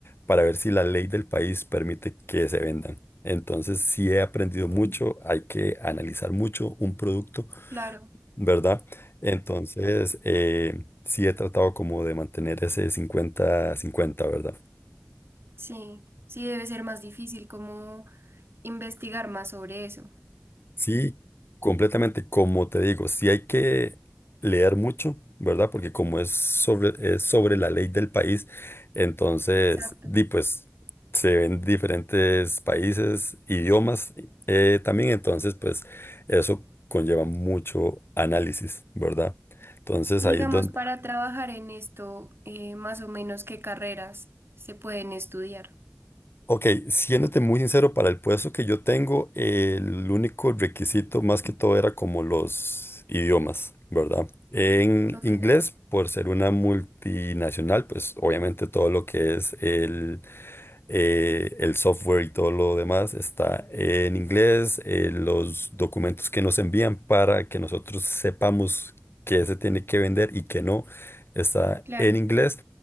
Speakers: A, on the left; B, on the right.
A: para ver si la ley del país permite que se vendan. Entonces, sí he aprendido mucho, hay que analizar mucho un producto
B: claro.
A: ¿verdad? Entonces, eh, sí he tratado como de mantener ese cincuenta cincuenta, ¿verdad?
B: Sí, sí debe ser más difícil como investigar más sobre eso.
A: Sí, completamente, como te digo, sí hay que leer mucho, ¿verdad? Porque como es sobre, es sobre la ley del país, entonces,
B: Exacto.
A: di pues, se ven diferentes países, idiomas eh, también, entonces, pues, eso conlleva mucho análisis, ¿verdad? Entonces,
B: Y
A: ahí
B: digamos,
A: es donde
B: para trabajar en esto, eh, más o menos qué carreras se pueden estudiar.
A: Ok, siéndote muy sincero, para el puesto que yo tengo, eh, el único requisito más que todo era como los idiomas, ¿verdad? En
B: Ok,
A: inglés, por ser una multinacional, pues obviamente todo lo que es el, eh, el software y todo lo demás está en inglés, eh, los documentos que nos envían para que nosotros sepamos qué se tiene que vender y qué no está
B: claro.
A: en inglés.